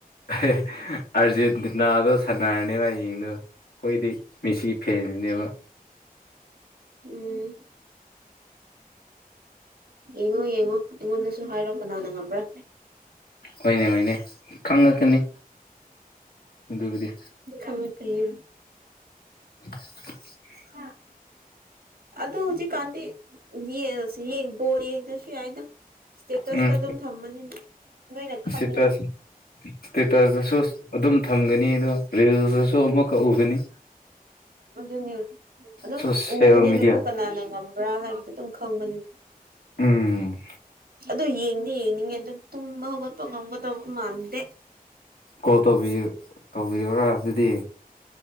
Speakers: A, on the left; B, on the right.
A: ꯑꯥꯔꯖꯦꯟꯇꯤꯅꯥꯗꯣ ꯁꯥꯟꯅꯔꯅꯦꯕ ꯍꯌꯦꯡꯗꯣ ꯑꯩꯈꯣꯏꯗꯤ ꯃꯦꯁꯤ ꯐꯦꯟꯅꯦꯕ
B: ꯎꯝ ꯌꯦꯡꯉꯣ ꯌꯦꯡꯉꯣ ꯑꯩꯉꯣꯟꯗꯁꯨ ꯍꯥꯏꯔꯣ ꯀꯅꯥꯅ ꯉꯝꯕ꯭ꯔꯥ
A: ꯍꯣꯏꯅꯦ ꯍꯣꯏꯅꯦ ꯈꯪꯉꯛꯀꯅꯤ ꯑꯗꯨꯕꯨꯗꯤ
B: ꯈꯪꯉꯛ ꯀꯌꯥ
A: <unintelligible>
B: ꯎꯝ <unintelligible> ꯑꯗꯣ ꯍꯧꯖꯤꯛꯀꯥꯟꯗꯤ ꯌꯦ ꯌꯦ ꯕꯣꯜ ꯌꯦꯡꯗꯁꯨ ꯌꯥꯏꯗ ꯏꯁꯇꯦꯇꯁꯇ
A: ꯎꯝ
B: ꯑꯗꯨꯝ ꯊꯝꯕꯅꯤꯅ ꯅꯣꯏꯅ ꯈꯪꯉꯦꯗ
A: ꯏꯁꯇꯦ ꯏꯁꯇꯦꯇꯁꯇꯥꯁꯨ ꯑꯗꯨꯝ ꯊꯝꯒꯅꯤ ꯑꯗꯣ ꯔꯤꯜꯗꯁꯨ ꯑꯃꯨꯛꯀ ꯎꯒꯅꯤ
B: ꯑꯗꯨꯅ ꯑꯗꯨꯝ
A: ꯁꯣꯁꯦꯜ
B: ꯎꯕꯅꯤꯅꯀꯣ
A: ꯃꯦꯗꯤꯌꯥ
B: ꯀꯅꯥꯅ ꯉꯝꯕ꯭ꯔꯥ ꯍꯥꯏꯕꯗꯨ ꯑꯗꯨꯝ ꯈꯪꯕꯅꯤ
A: ꯎꯝ
B: ꯑꯗꯨ ꯌꯦꯡꯗꯤꯦ ꯌꯦꯡꯅꯤꯡꯉꯦ ꯑꯗꯨ ꯇꯨꯝꯕ ꯍꯧꯒꯠꯄ ꯉꯝꯒꯗꯧꯕ ꯃꯥꯟꯗꯦ
A: ꯀꯣꯜ ꯇꯧꯕꯤꯎ ꯇꯧꯕꯤꯌꯨꯔꯥ ꯑꯗꯨꯗꯤ